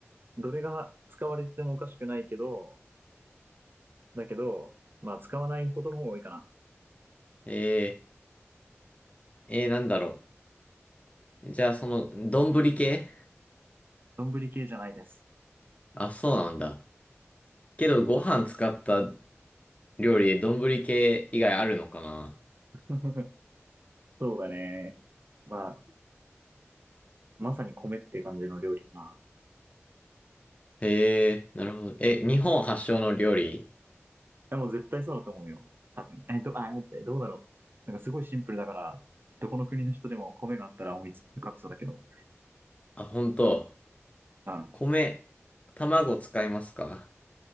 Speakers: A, on the right; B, on the left.
A: どれが使われてもおかしくないけど、だけど、まあ使わないことの方が多いかな。
B: えー、えー、なんだろう。じゃあその、丼系
A: 丼系じゃないです。
B: あ、そうなんだ。けどご飯使った料理で丼系以外あるのかな
A: <laughs> そうだね。まあ、まさに米って感じの料理かな。
B: へえー、なるほど。え、日本発祥の料理
A: や、もう絶対そうだと思うよ。多分。え、ど、あ、待って、どうだろう。なんかすごいシンプルだから、どこの国の人でも米があったら思いつ浮かびそうだけど。
B: あ、本当。
A: うん。
B: 米、卵使いますか